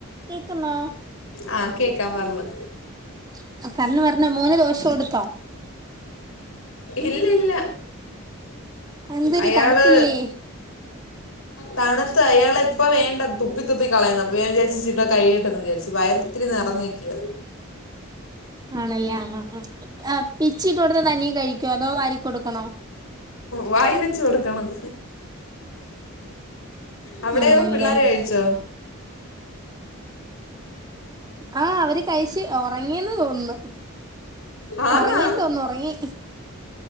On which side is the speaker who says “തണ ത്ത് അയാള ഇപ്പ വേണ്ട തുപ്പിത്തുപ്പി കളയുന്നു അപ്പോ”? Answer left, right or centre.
Left